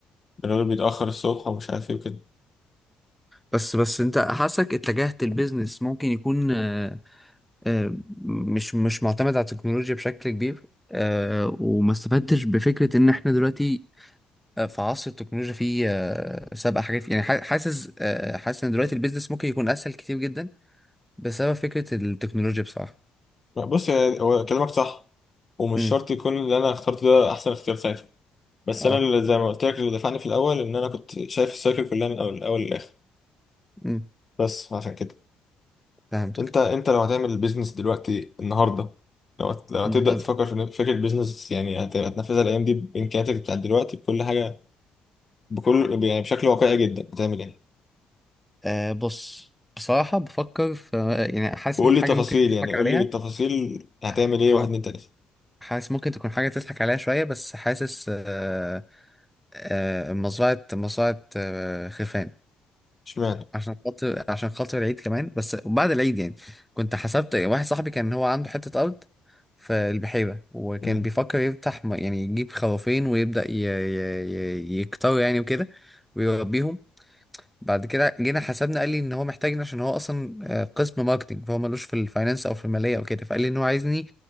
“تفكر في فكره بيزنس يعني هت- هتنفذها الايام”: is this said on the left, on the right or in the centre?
Left